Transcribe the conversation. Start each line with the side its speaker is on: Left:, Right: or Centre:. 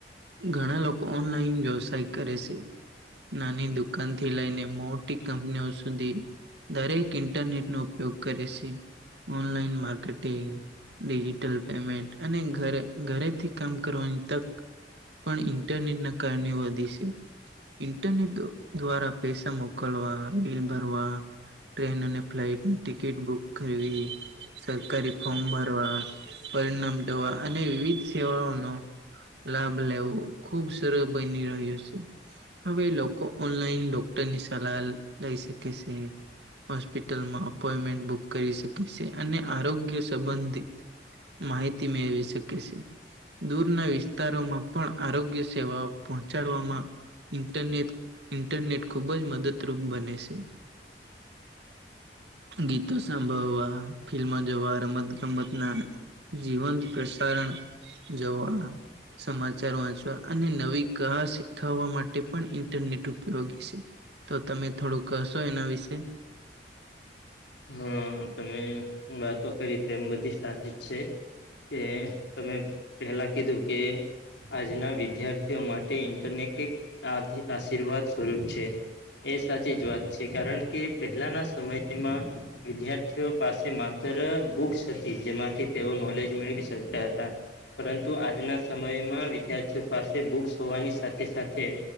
Right: ઘણા લોકો ઓનલાઈન વ્યવસાય કરે છે. નાની દુકાનથી લઈને મોટી કંપનીઓ સુધી દરેક ઇન્ટરનેટ નો ઉપયોગ કરે છે ઓનલાઈન માર્કેટિંગ ડિજિટલ પેમેન્ટ અને ઘરે ઘરેથી કામ કરવાની તક પણ ઇન્ટરનેટના કારણે વધી છે. ઇન્ટરનેટ દ્વારા પૈસા મોકલવા બીલ ભરવા, ટ્રેન અને ફ્લાઇટની ટિકિટ બુક કરવી. સરકારી ફોર્મ ભરવા પરિણામ દવા અને વિવિધ સેવાઓનો લાભ લેવો ખુબ સરળ બની રહ્યો છે. હવે લોકો ઓનલાઈન ડોક્ટરની સલાહ લઈ શકે છે. હોસ્પિટલમાં અપોઈન્ટમેન્ટ બુક કરી શકે છે. અને આરોગ્ય સંબંધિત માહિતી મેળવી શકે છે. દૂરના વિ વિસ્તારોમાં પણ આરોગ્ય સેવાઓ પહોંચાડવામાં ઇન્ટરનેટ ઇન્ટરનેટ ખુબ જ મદદરૂપ બને છે. ગીતો સાંભળવા ફિલ્મો જોવા રમત ગમતના જીવંત પ્રસારણ જવા સમાચાર વાંચવા અને નવી કહા શીખવવા માટે પણ ઇન્ટરનેટ ઉપયોગી છે. તો તમે થોડું કશો એના વિશે
Left: હા તમે વાતો કરી તો એમ બધી સા છે. કે તમે પેલા કીધું કે આજના વિદ્યાર્થીઓ માટે ઇન્ટરનેટ એક આશીર્વાદ સ્વરૂપ છે. એ સાચી જ વાત છે કારણ કે પહેલાના સમયમાં વિદ્યાર્થીઓ પાસે માત્ર બુક્સ હતી જેમાંથી તેઓ નોલેજ મેળવી શકતા હતા. પરંતુ આજના સમયમાં વિદ્યાર્થીઓ પાસે બુક્સ હોવાની સાથે સાથે